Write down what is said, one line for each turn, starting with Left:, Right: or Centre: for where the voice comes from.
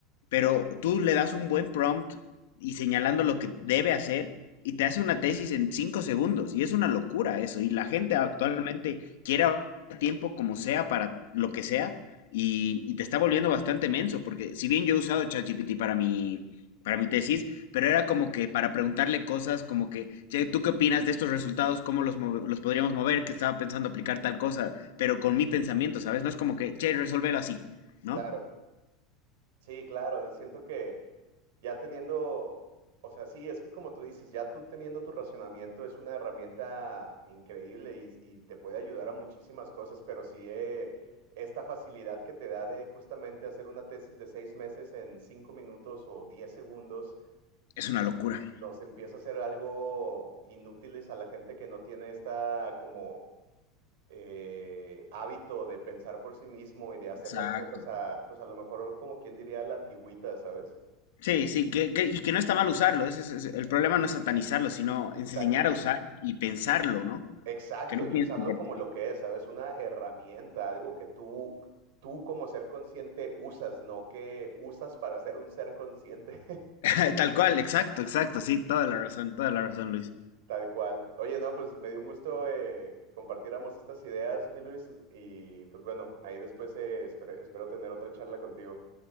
Left: Pero tú le das un buen prompt, y señalando lo que debe hacer y te hace una tesis en cinco segundos. Y es una locura eso. Y la
Right: Sí,
Left: gente
Right: claro.
Left: actualmente quiere ahorrar tiempo como sea para lo que sea y, y te está volviendo bastante menso. Porque si bien yo he usado ChatGPT para mi, para mi tesis, pero era como que para preguntarle cosas como que, "Che, ¿tú qué opinas de estos resultados? ¿Cómo los, move- los podríamos mover? Que estaba pensando aplicar tal cosa, pero con mi pensamiento, ¿sabes? No es como que, che, resuélvelo así, ¿no?
Right: Claro, sí, claro. Siento que Ya teniendo, o sea, sí, es que como tú dices, ya tú teniendo tu racionamiento es una herramienta increíble y, y te puede ayudar a muchísimas cosas, pero sí eh, esta facilidad que te da de justamente hacer una tesis de seis meses en cinco minutos o diez segundos,
Left: Es
Right: híjole,
Left: una locura.
Right: es- nos empieza a hacer algo inútiles a la gente que no tiene esta como eh, hábito de pensar por sí mismo y de hacer
Left: Exacto.
Right: las cosas a, pues a lo mejor como quien diría a la antigüita, ¿sabes?
Left: Sí, sí, que, que- y que no está mal usarlo. Ese es, es- el problema no es satanizarlo, sino enseñar
Right: Exacto.
Left: a usar y pensarlo, ¿no?
Right: Exacto,
Left: Que no
Right: y
Left: piensen
Right: usarlo
Left: que-
Right: como lo que es, ¿sabes? Una herramienta, algo que tú, tú como ser consciente usas, no que usas para ser un ser consciente, <laughs>
Left: <laughs> Tal cual, exacto, exacto, sí, toda la razón, toda la razón, Luis.
Right: tal cual. Oye, no, pues me dio un gusto eh, que compartiéramos estas ideas, mi Luis, y pues bueno, ahí después eh, espero, espero tener otra charla contigo.